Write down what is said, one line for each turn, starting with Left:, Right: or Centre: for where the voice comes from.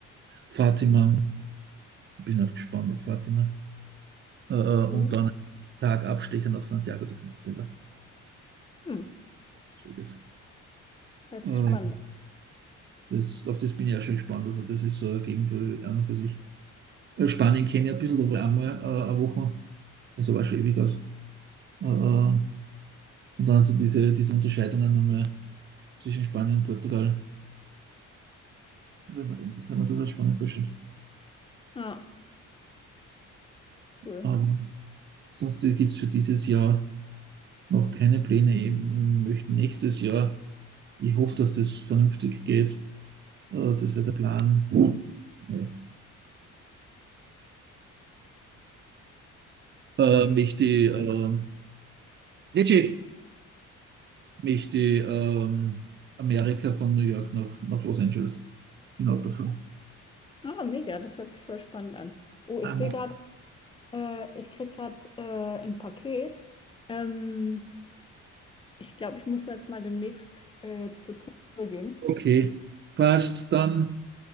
Right: Fatima. Ich bin auch gespannt auf Fatima. Äh, äh,
Left: cool.
Right: und dann Tag abstechend auf Santiago de Compostela.
Left: Hm,
Right: Schräges.
Left: hört
Right: Äh,
Left: sich spannend an.
Right: das, auf das bin ich auch schon gespannt. Also, das ist so eine Gegend, wo ich an und für sich. Äh, Spanien kenne ich ein bisschen, da war ich einmal äh, eine Woche. Ist aber auch schon ewig aus. Äh, äh, und dann so diese, diese Unterscheidungen nochmal zwischen Spanien und Portugal. Wenn man denkt, das kann man durchaus spannend vorstellen.
Left: Ah, cool.
Right: Aber sonst gibt es für dieses Jahr noch keine Pläne. Ich möchte nächstes Jahr, ich hoffe, dass das vernünftig geht. Äh, das wäre der Plan. Ja. Äh, möchte ich, äh, Legit mich die ähm, Amerika von New York nach, nach Los Angeles bin Auto fahren.
Left: Ah, mega, das hört sich voll spannend an. Oh,
Right: Ah,
Left: ich sehe gerade, äh, ich kriege gerade äh, ein Paket. Ähm, ich glaube, ich muss jetzt mal demnächst äh, zur Tür gehen.
Right: Okay, passt. Dann